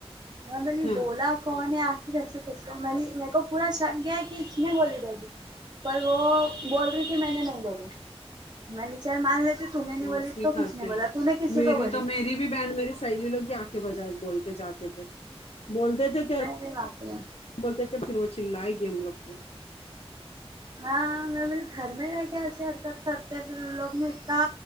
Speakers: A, on the right; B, on the left.
A: اگر میں نے
B: ہاں
A: بولا کون ہے آ جیسو کیسو میں نے میرے کو پورا شک گیا کہ اس نے گولی ڈے گی پر وہ بول رہی کہ میں نے نہیں بولی میں نے چل مان لیتی تو نے نہیں بولی
B: ایسے ہی
A: تو کسی
B: کرتے
A: نے بولا
B: ہیں
A: تو نے کسی
B: میری
A: کو بولی
B: تو میری بھی بینڈ میرے سہیلی لوگ یہاں اکے بجا بول کے جاتے تھے بولتے تھے تھے
A: میں نے باپ رے
B: بولتے تھے پھر وہ چلائے گی ہم لوگ کو
A: ہ میں پھر گھر میں رہ کے ایسے حرکت کرتے پھر ان لوگ میں اتا